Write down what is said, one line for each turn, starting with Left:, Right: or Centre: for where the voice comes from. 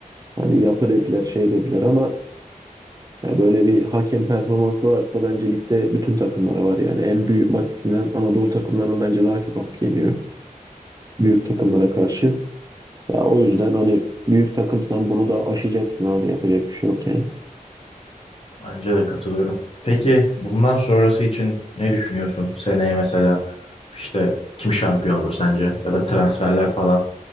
Right: hani yapı dediler şey dediler ama ya böyle bir hakem performansı varsa bence ligde bütün takımlara var yani en büyük basitinden Anadolu takımlarının bence daha çok hakkı yeniyor büyük takımlara karşı. Ya o yüzden hani büyük takımsan bunu da aşacaksın abi yapacak bir şey yok yani.
Left: Bence de katılıyorum. Peki bundan sonrası için ne düşünüyorsun? Seneye mesela işte kim şampiyon olur sence? Ya da transferler falan.